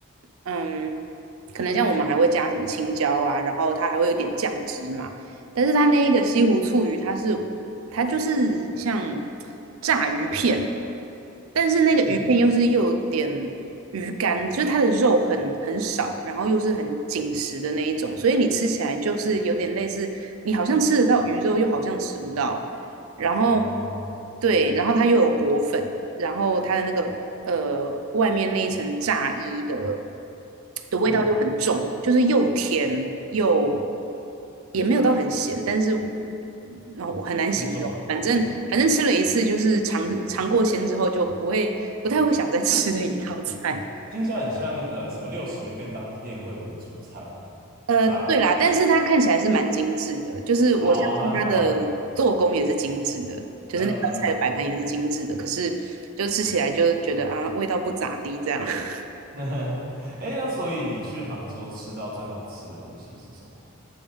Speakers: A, on the right; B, on the right.
A: 嗯，可能像我们还会加什么青椒啊，然后它还会有点酱汁嘛，但是它那一个西湖醋鱼，它是它就是像炸鱼片，但是那个鱼片又是又有点鱼干，
B: 嗯，
A: 就是它的肉很很少，然后又是很紧实的那一种，所以你吃起来就是有点类似，你好像吃得到鱼肉，又好像吃不到。然后
B: 哦，
A: 对，然后它又有果粉，然后它的那个呃外面那一层炸衣的的味道又很重，
B: 嗯，
A: 就是又甜又也没有到很咸，但是我然后我很难形容，
B: 就是重口味这样，
A: 反正反正吃了一次就是尝尝过鲜之后就不会不太会想再吃的一道菜。
B: 听起来很像呃什么六十元便当店会有的主菜，
A: 呃，
B: 炸鱼，
A: 对啦，但是它看起来是蛮精致的，就是我相信它的做工也是精致的，
B: 哦，它摆盘很，
A: 就是那道菜的摆盘也是精致的，
B: 呃，
A: 可是就吃起来就觉得啊，味道不咋地这样。<laughs>
B: <laughs> 哎，那所以你去杭州吃到最好吃的东西是什么？